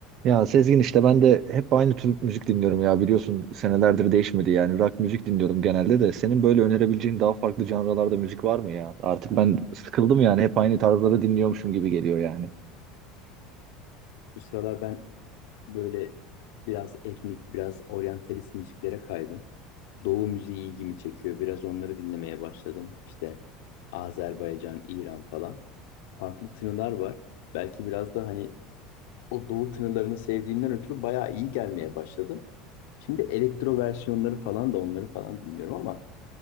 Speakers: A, on the right; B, on the left.
A: Ya Sezgin işte ben de hep aynı tür müzik dinliyorum ya biliyorsun senelerdir değişmedi yani rock müzik dinliyorum genelde de senin böyle önerebileceğin daha farklı janralarda müzik var mı ya? Artık ben sıkıldım yani hep aynı tarzları dinliyormuşum gibi geliyor yani.
B: Bu sıralar ben böyle biraz etnik, biraz oryantalist müziklere kaydım. Doğu müziği ilgimi çekiyor. Biraz onları dinlemeye başladım. İşte Azerbaycan, İran falan. Farklı tınılar var. Belki biraz da hani o doğu tınılarını sevdiğimden ötürü bayağı iyi gelmeye başladı. Şimdi elektro versiyonları falan da onları falan dinliyorum ama